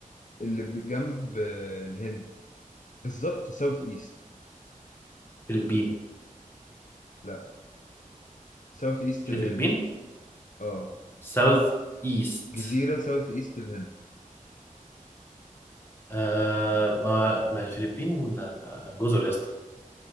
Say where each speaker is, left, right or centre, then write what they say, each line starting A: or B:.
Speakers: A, on the left; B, on the left.
A: اللي بجنب آه، الهند بالظبط ساوث ايست
B: فلبين
A: لا ساوث ايست
B: مش
A: الهند
B: الفلبين
A: اه
B: ساوث ايست
A: جزيرة ساوث ايست الهند
B: آه ما ما الفلبين آه، جزر يا اسطى